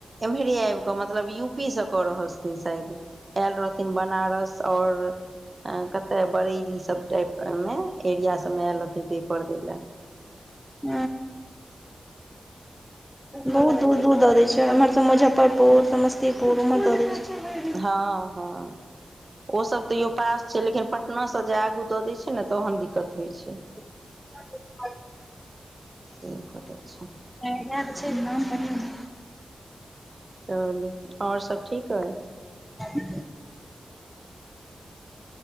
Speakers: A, on the right; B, in the centre.
A: एम्हरे ऐब कऽ मतलब यू पी से कऽ रहल छथिन शायद आयल रहथिन बनारस और आ कत्ते बरेली सब टाइप मे एरिया सब मे आयल रहथिन पेपर दै ले
B: <inaudible> बहुत दूर दूर द दैत छै ऐम्हर स मुजफ्फरपुर समस्तीपुर ओम्हर द दैत छै
A: हँ हँ ओ सब तैयो पास छै लेकिन पटना से जे आगू दऽ दैय छै न तहन दिक्कत होइ छै
B: <unintelligible>
A: से भ जाए छै
B: <inaudible>
A: चलू और सब ठीक अइ
B: <inaudible>